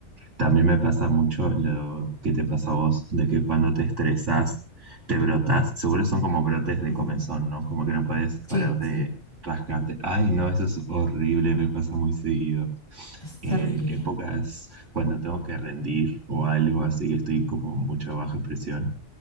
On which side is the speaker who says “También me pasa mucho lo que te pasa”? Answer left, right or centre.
Right